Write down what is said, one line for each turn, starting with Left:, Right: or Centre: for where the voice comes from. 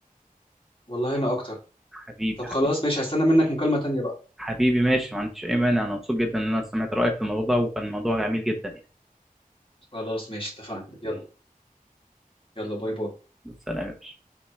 Left: والله انا اكتر
Centre: حبيبي
Left: طب
Centre: حبيبي
Left: خلاص ماشي هستنى منك مكالمة تانية بقى
Centre: حبيبي ماشي ما عنديش اي مانع انا مبسوط جدا ان انا سمعت رايك في الموضوع ده وكان موضوع جميل جدا يعني
Left: خلاص ماشي اتفقنا اوكي يلا يلا باي باي
Centre: سلام يا باشا